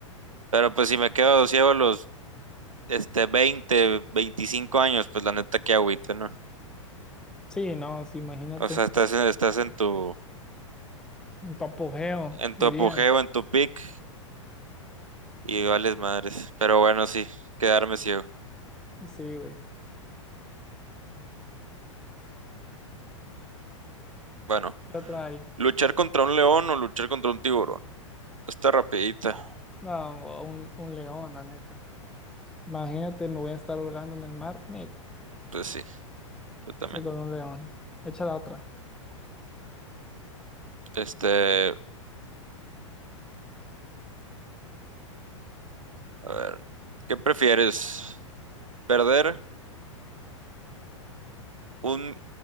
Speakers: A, on the right; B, in the centre.
A: Pero pues si me quedo ciego a los, este, 20, 25 años, pues la neta que agüite, ¿no?
B: Sí, no, sí, imagínate.
A: O sea, estás, en- estás en tu,
B: Un apogeo,
A: en
B: dirían.
A: tu apogeo, en tu peak y vales madres. Pero bueno, sí, quedarme ciego.
B: Sí, güey.
A: Bueno,
B: ¿Qué otra hay?
A: Luchar contra un león o luchar contra un tiburón. Está rapidita.
B: No, un, un león, la neta. Imagínate, me voy a estar holgando en el mar. Ni-
A: Pues sí, yo también.
B: Sí, con un león. Echa la otra.
A: Este, a ver, ¿qué prefieres? ¿Perder un...